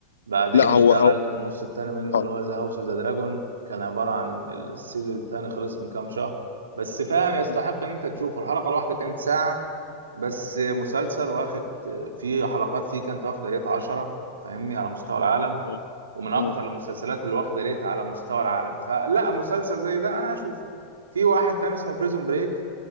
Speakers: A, on the right; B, on the left.
A: بعدين
B: لا
A: اشتغل
B: هو هو
A: النص التاني منه
B: اه
A: اللي هو ذا هاوس اوف ذا دراجون كان عباره عن السيزون التاني خلص من كام شهر بس فاهم يستحق
B: م-
A: ان انت تشوفه الحلقه الواحده كانت ساعه بس مسلسل واخد آه، في حلقات فيه كانت واخده ريت 10 فاهمني على مستوى العالم
B: م-
A: ومن اكتر
B: م.
A: المسلسلات اللي واخده ريت على مستوى العالم فلا مسلسل زي ده انا هشوفه في واحد تاني اسمه بريزون بريك